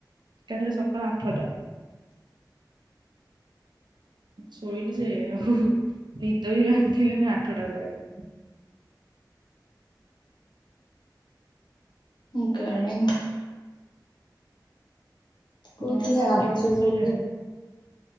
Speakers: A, on the right (about 75°); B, on the left (about 75°).
A: କାଲିର ସକାଳ ଆଠରଟା। ଶୋଇଲିି ସେ ଆଉ ନିଦ ବି ଭାଙ୍ଗିଲାନି <inaudible> ଆଠଟା ପୁରା।
B: <unintelligible> କହୁଥିଲେ
A: ଆଉ ମାର୍କେଟିଂ
B: ଆଜି ବୋଲି।
A: ସଇଲାଣି